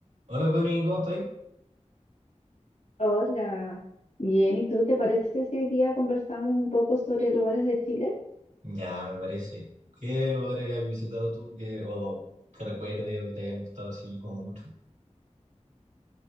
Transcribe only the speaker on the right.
Hola Connie, ¿cómo estáis?
Ya, me parece. ¿Qué lugares has visitado tú que, o que recuerde o que te hayan gustado así como mucho?